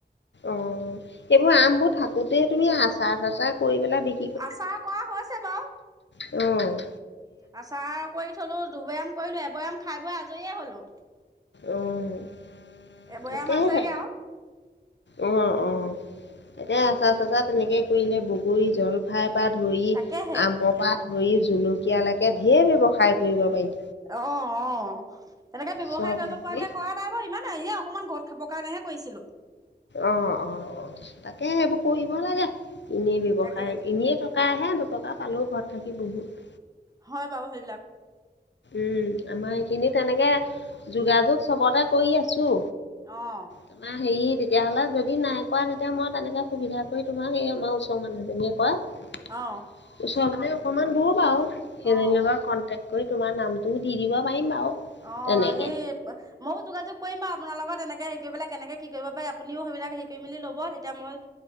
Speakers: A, on the left; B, on the right.
A: অ', এইবোৰ আমবোৰ থাকোতে তুমি আচাৰ চাচাৰ কৰি পেলাই বি
B: আচাৰ কৰা হৈছে বাৰু।
A: অ'।
B: আচাৰ কৰি থলোঁ দুবৈয়াম কৰিলোঁ এবৈয়াম খাই বৈ আজৰিয়ে হ'লোঁ।
A: অ',
B: এবৈয়াম
A: তাকেহে।
B: আছেগে আৰু
A: উ, অ', এতিয়া আচাৰ চাচাৰ তেনেকে কৰিলে বগৰী জলফাই বা ধৰি
B: তাকেহে।
A: আমৰপা ধৰি জলকিয়ালৈকে ঢেৰ ব্যৱসায় কৰিব পাৰিম।
B: অ', অ', তেনেকে ব্যৱসায়
A: চব
B: কৰিব
A: হেৰি
B: পৰাকে
A: কৰি
B: কৰা নাই বাৰু ইমানে এই অকনমান ঘ খাবৰ কাৰণেহে কৰিছিলোঁ।
A: অ', অ', অ', তাকে সেইবোৰ কৰিব লাগে। এনেই ব্যৱসায়,
B: তাকে
A: এনেই থকা হে দুটকা পালেও ঘৰত থাকি বহুত
B: হয় বাৰু সেইবিলাক।
A: উম, আমাৰ সেইখিনি তেনেকে যোগাযোগ চবতে কৰি আছো।
B: অ'।
A: তোমাৰ হেৰি তেতিয়াহ'লে যদি নাই কৰা তেতিয়া মই তেনেকে সুবিধা কৰি তোমাক এই আমাৰ ওচৰ মানুহজনীয়ে কয়।
B: অহ।
A: ওচৰ মানে অকমান দূৰ বাৰু সেইজনীৰ
B: অ
A: কনটে কৰি তোমাৰ নামটোও দি দিব পাৰিম বাৰু।
B: অহ,
A: তেনেকে।
B: সেই মইয়ো যোগাযোগ কৰিমা বাৰু আপোনাৰ লগত, এনেকে হেৰি কৰি পেলাই কেনেকে কি কৰিব পাৰি। আপুনিও সেইবিলাক হেৰি কৰি মেলি ল'ব তেতিয়া মই